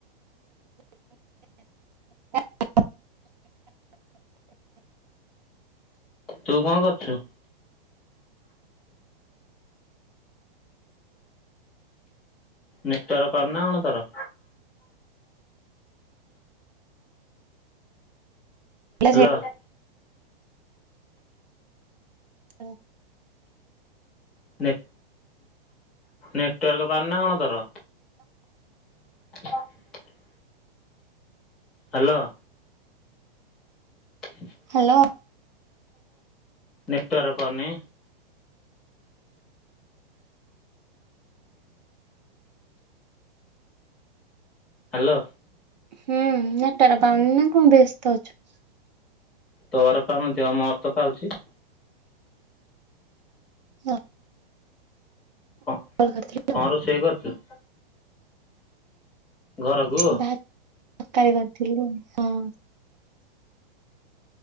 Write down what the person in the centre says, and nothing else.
ତୁ କଣ କରୁଚୁ? ନେଟୱର୍କ ପାଉନିନା କଣ ତର?
ହାଲୋ।
ନେଟ ନେଟୱାର୍କ ପାଉନି ନା କଣ ତୋର? <inaudible> ହାଲୋ। <inaudible>
ନେଟୱର୍କ ପାଉନି। ହାଲୋ।
ତୋର ପାଉନଥିବ ମୋରତ ପାଉଚି।
କ
କଣ ରୋଷେଇ କରିଚୁ? ଘରକୁ?